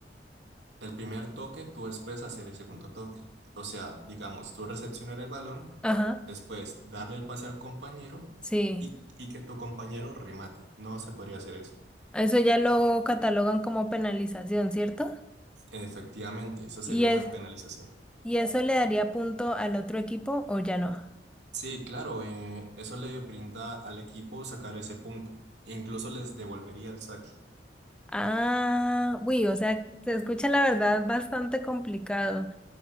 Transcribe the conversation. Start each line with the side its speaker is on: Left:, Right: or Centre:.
Right: El primer toque, tú después hacer el segundo toque. O sea, digamos, tú recepcionar el balón,
Centre: Ajá,
Right: después darle el pase al compañero
Centre: sí.
Right: y, y que tu compañero remate. No se podría hacer eso.
Centre: Eso ya lo catalogan como penalización, ¿cierto?
Right: Efectivamente, eso sería
Centre: Y es,
Right: una penalización.
Centre: ¿y eso le daría punto al otro equipo o ya no?
Right: Sí, claro, eh, eso le brinda al equipo sacar ese punto. Incluso les devolvería el saque.
Centre: Ah, uy, o sea, se escucha la verdad bastante complicado.